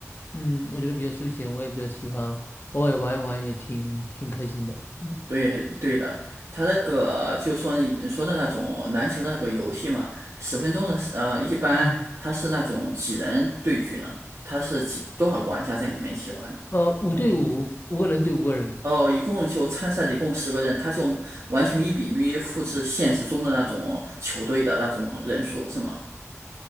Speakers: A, on the left (about 40°); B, on the right (about 70°).
A: 嗯，我觉得比较休闲，我也比较喜欢，偶尔玩一玩也挺挺开心的。嗯
B: 对对的，他那个就说你说的那种篮球那个游戏嘛，十分钟的是呃，一般它是那种几人对局呢？
A: 嗯，
B: 它是几多少个玩家在里面一起玩呢？
A: 呃，五对五，五个人对五个人，
B: 哦，一共就参赛的一共十个人，他就完全一比一复制现实中的那种球队的那种人数，是吗？